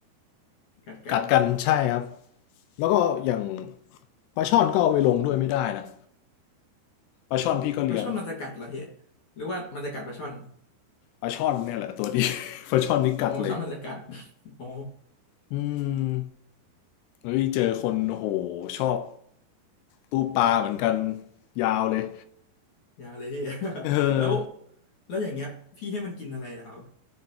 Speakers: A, on the left; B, on the left.
A: <laughs> กัดกัน
B: กัดกันใช่ครับแล้วก็อย่างปลาช่อนก็เอาไปลงด้วยไม่ได้นะปลาช่อนพี่ก็เลี้ยง
A: ปลาช่อนมันจะกัดเหรอพี่หรือว่ามันจะกัดปลาช่อน
B: ปลาช่อนเนี่ยแหละตัวดี <laughs> ปลาช่อนนี่กัดเลย
A: อ๋อปลาช่อนมันจะกัด <laughs> โอ้
B: อืมเฮ้ยเจอคนโอ้โหชอบตู้ปลาเหมือนกันยาวเลย
A: ยาเลยพี่ <laughs>
B: เออ
A: แล้วแล้วอย่างเงี้ยพี่ให้มันกินอะไรนะครับ